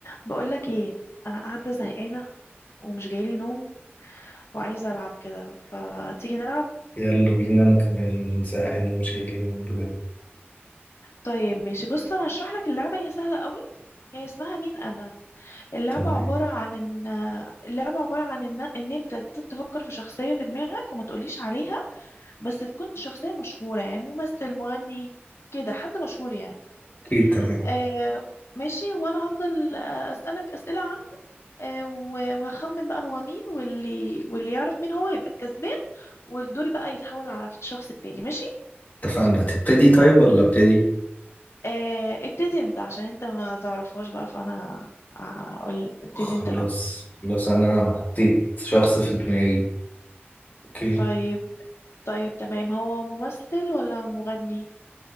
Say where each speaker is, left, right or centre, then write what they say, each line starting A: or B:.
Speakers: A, on the left (about 85°); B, on the left (about 35°).
A: بقولك ايه انا قاعده زهقانه ومش جايلي نوم وعايزه العب كده فتيجي نلعب
B: يلا بينا أنا كمان زهقان ومش جاي لي نوم بجد
A: طيب ماشي بص انا هشرح لك اللعبه هي سهله قوي هي اسمها مين انا اللعبه
B: تمام
A: عباره عن ان اللعبه عباره عن ان ان انت لازم تفكر في شخصيه في دماغك وما تقوليش عليها بس تكون شخصيه مشهوره يعني ممثل مغني كده حد مشهور يعني
B: أوكي تمام
A: آه ماشي وانا هفضل آه، اسالك اسئله عنه آه و- وهخمن بقى هو مين واللي واللي يعرف مين هو يبقى الكسبان ودوري بقى يتحول على الشخص التاني ماشي
B: اتفقنا هتبتدي طيب ولا ابتدي؟
A: آه ابتدي انت عشان انت ما تعرفهاش بقى فانا اقول ابتدي
B: خلاص
A: انت الاول
B: خلاص أنا حطيت شخص في دماغي أوكي
A: طيب طيب تمام هو ممثل ولا مغني